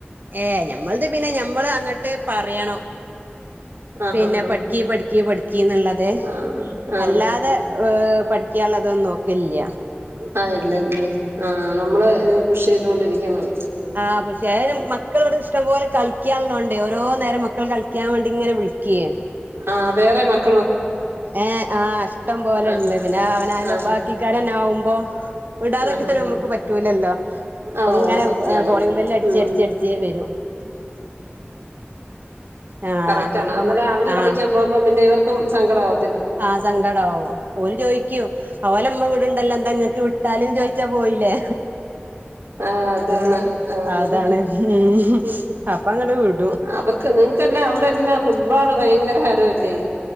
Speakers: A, on the right (about 50°); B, on the right (about 80°).
A: ഏഹ് ഞമ്മൾത് പിന്നെ ഞമ്മള് അങ്ങട്ട് പറയണം.
B: ആ
A: പിന്നെ
B: ആ
A: പഠിക്കി പഠിക്കി പഠിക്കീന്ന്ള്ളത്.
B: ആ ആ
A: അല്ലാതെ ഏഹ് പഠി ക്ക്യാള്ളതൊന്നും ഓക്കില്ല.
B: ആഹ് ഇല്ലല്ലേ ആഹ് നമ്മള് ങ്ങനെ പുഷെയ്തോണ്ടിരിക്കണം.
A: ആഹ് പുശേ അയിന് മക്കളിവിടെ ഇഷ്ടം പോലെ കളിക്ക്യാള്ളോണ്ടേ ഓരോ തോ നേരം മക്കൾ കളിക്കാൻ വേണ്ടി ഇങ്ങനെ വിൾക്കേ.
B: ആഹ് വേറെ മക്
A: ഏഹ് ആഹ് ഇഷ്ടം പോലെണ്ട്
B: ആ ആ
A: പിന്നെ ആവനാന്റെ
B: ആ
A: ബാക്കിക്കാരന്നാവുമ്പം. <unintelligible> വിടാതെക്കാനും
B: ആ ആ ആ
A: അമുക്ക് പറ്റൂലല്ലോ.
B: ആ
A: പ്പങ്ങനെ
B: ഓ സത്യാണ്
A: കോളിങ് ബെല്ല് അടിച്ച്
B: ഉം
A: അടിച്ച് അടിച്ച് വരും ആഹ്
B: കറക്റ്റാണ്
A: അപ്പൊ
B: അന്നരം
A: നമ്മക്ക്
B: അവര്
A: ആഹ്
B: കളിക്കാൻ പോവുമ്പം പിന്നെ ഇവർ ക്കും സങ്കടാവ്
A: ആഹ് സങ്കടാവും. ഓല് ചോയിക്ക്‌യും അവലമ്മ വിട്ണ്ടല്ലോ എന്തെങ്ങക്ക് വിട്ടാ ലും ചോയ്ച്ച പോയിലെ.
B: ആഹ് അതാണ്
A: ആഹ്
B: ആഹ്
A: അതാണ് ഉംഹ്.
B: ഉം
A: അപ്പങ്ങട് വിട്
B: അവർക്ക് നിങ്ങക്കെല്ലാം അവിടെല്ലാം ഫുട്ബോള് ഭയ് ങ്കരഹരു അല്ലേ